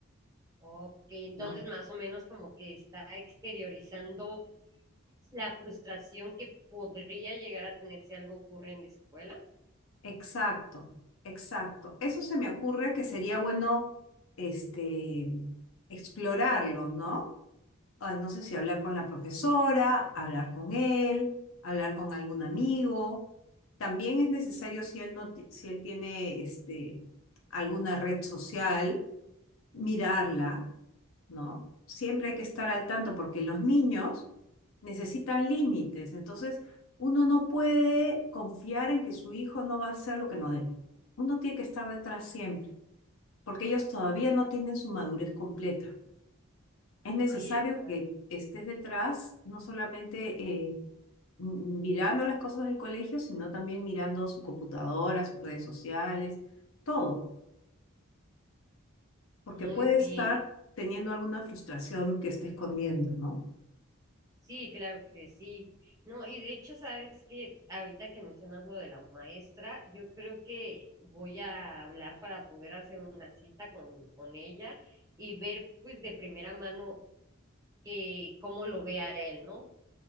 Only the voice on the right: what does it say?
ok, entonces
más o menos como que está exteriorizando la frustración que podría llegar a tener si algo ocurre en la escuela.
Sí, exacto.
Muy
bien.
Sí, claro que sí. No, y de hecho, sabes que ahorita que mencionas lo de la maestra, yo creo que voy a hablar para poder hacer una cita con, con ella y ver pues de primera mano que cómo lo ve a él, ¿no?